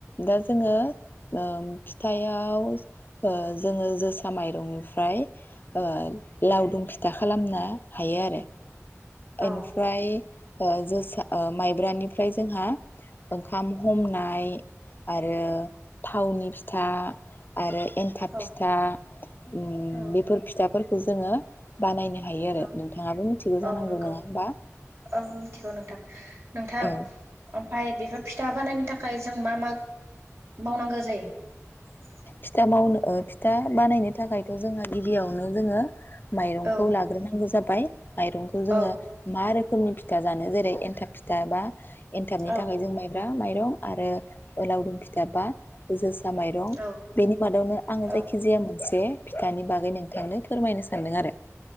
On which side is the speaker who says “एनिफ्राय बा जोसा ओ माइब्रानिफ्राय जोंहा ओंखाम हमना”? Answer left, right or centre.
Left